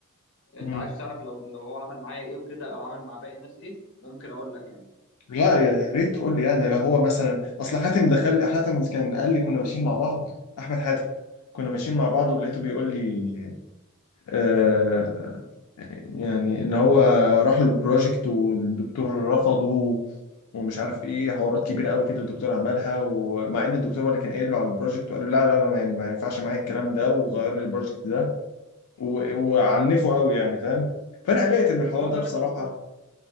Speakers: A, on the left (about 55°); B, on the left (about 85°).
A: انت
B: مم.
A: عايز تعرف لو لو هو عمل معايا ايه وكده او عمل مع باقي الناس ايه ممكن اقول لك يعني
B: لا يا يا ريت تقول لي يعني لو هو مثلا اصل حاتم دخل حاتم كان قال لي كنا ماشيين مع بعض احمد حاتم كنا ماشيين مع بعض ولقيته بيقول لي آه، يعني ان هو راح له بروجكت والدكتور رفضه ومش عارف ايه حوارات كبيره قوي كده الدكتور عملها ومع ان الدكتور هو اللي كان قايل له على البروجكت وقال له لا لا لا ما ما ينفعش معايا الكلام ده وغير لي البروجكت ده و- وعنفه قوي يعني فاهم فانا قلقت من
A: بس
B: الحوار
A: هو
B: ده
A: فاهم
B: بصراحه
A: انت ما تاخدش